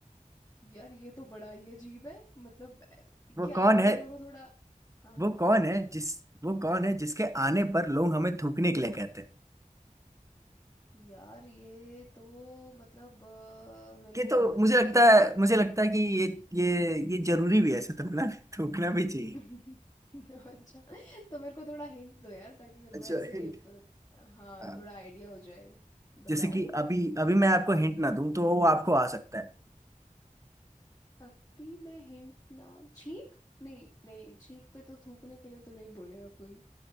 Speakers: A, on the left; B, on the right.
A: यार ये तो बड़ा ही अजीब है मतलब
B: वो
A: क्या
B: कौन
A: मतलब
B: है
A: मेरे को थोड़ा हाँ हाँ
B: वो कौन है जिस वो कौन है जिसके आने पर लोग हमें थूकने के लिए कहते हैं
A: यार ये तो मतलब अ, मेरे
B: ये
A: को
B: तो
A: बहुत
B: मुझे
A: ही
B: लगता है मुझे लगता है कि ये ये ये जरूरी भी है ऐसे थूकना थूकना भी चाहिए
A: <laughs> अच्छा तो मेरे को थोड़ा हिंट दो यार ताकि मेरे
B: अच्छा
A: को ऐसे
B: हिंट
A: प- हाँ
B: हाँ
A: थोड़ा आइडिया हो जाए
B: जैसे
A: बताओ
B: कि अभी अभी मैं आपको हिंट ना दूं तो वो आपको आ सकता
A: अभी मैं हिंट ना छींक नहीं नहीं छींक पे तो थूकने के लिए तो नहीं बोलेगा कोई